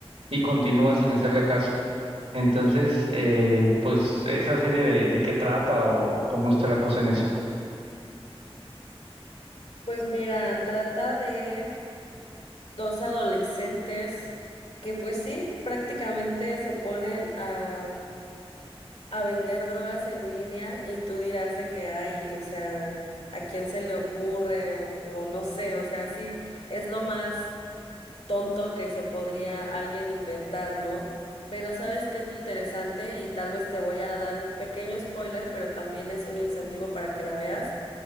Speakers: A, on the right (about 85°); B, on the left (about 80°).
A: y continúas sin hacerle caso. Entonces, eh, pues esa serie de, de qué trata o cómo está la cosa en esa.
B: Pues mira, trata de dos adolescentes que pues sí, prácticamente se ponen a, a vender drogas en línea y tú dirás de que hay, o sea, ¿a quién se le ocurre? O, o no sé, o sea, sí, es lo más tonto que se podría alguien inventar, ¿no? Pero ¿sabes qué es lo interesante? Y tal vez te voy a dar un pequeño spoiler, pero también es un incentivo para que la veas,